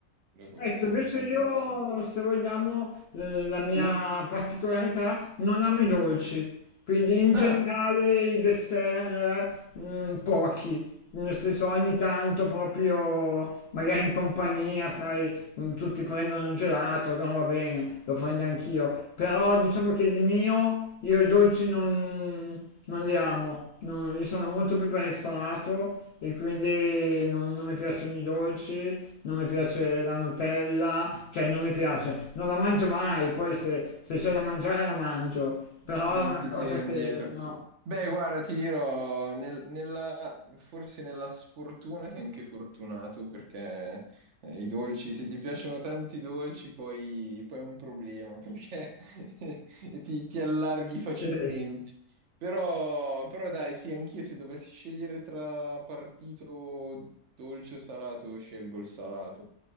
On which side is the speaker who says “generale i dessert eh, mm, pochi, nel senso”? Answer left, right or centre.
Left